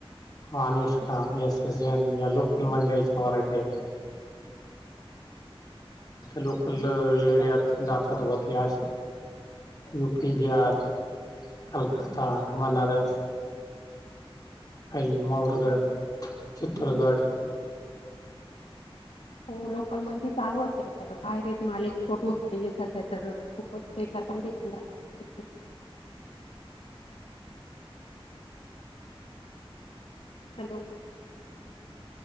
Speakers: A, on the left; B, on the left.
A: अनुष्का एस एस एन या लोकल मंडईच्या व्हेरायट्या लोकंल एरियात जातात ग ते अश यू पी, बिहार, कलक्कता, बनारस. आई माहुरगड, चित्तुरगड,
B: ह् <inaudible> हो लोकल मंडी चालू असेल, तर बाहेरेच माल एक्सपोर्ट होत नाहीये सध्या तर, खूपच बेकार कंडिशन झालेली अस शेतकरी. हॅलो!